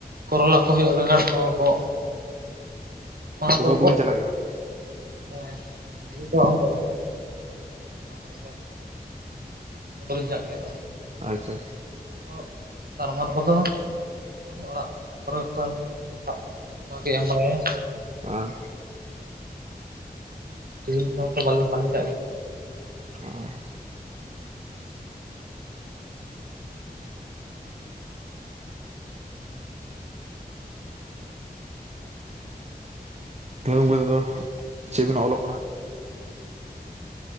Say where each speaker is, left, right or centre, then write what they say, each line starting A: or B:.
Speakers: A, on the right (about 70°); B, on the right (about 45°).
A: ᱠᱚᱨᱚᱞᱟ ᱠᱚ ᱦᱩᱭᱩᱜᱼᱟ ᱵᱮᱸᱜᱟᱲ ᱠᱚ ᱜᱚᱜ ᱚᱱᱟ ᱠᱚ
B: ᱫᱚᱵᱤᱱ
A: ᱜᱚᱫ
B: ᱪᱟᱞᱟᱜ ᱜᱮᱭᱟ ᱵᱟᱝ
A: ᱮᱸ <unintelligible> ᱱᱚᱝᱠᱟ ᱜᱮ, <unintelligible> ᱞᱤᱧ ᱫᱟᱜ ᱜᱮᱭᱟ ᱫᱚ,
B: ᱟᱪᱪᱷᱟ ᱟᱼᱼ
A: ᱚᱜ ᱛᱟᱨᱢᱚᱱ ᱠᱚᱫᱚ ᱩᱸ ᱚᱲᱟᱜ ᱯᱚᱨᱮ ᱠᱷᱚᱱ ᱚᱲᱟᱜ ᱵᱷᱟᱜᱽ ᱮ ᱮᱢ ᱵᱟᱲᱟᱭᱟ᱾
B: ᱟᱻ
A: ᱯᱷᱤᱞᱤᱢ ᱠᱚᱦᱚᱸ ᱛᱚ ᱵᱟᱞᱮᱱ ᱵᱟᱹᱞᱤᱧ ᱜᱟᱜ ᱜᱮᱭᱟ,
B: ᱦᱚᱸ, <unintelligible> ᱛᱮᱫᱚ, ᱪᱮᱫ ᱵᱤᱱ ᱚᱞᱚᱜ ᱠᱟᱱᱟ ᱦᱟᱸᱜ?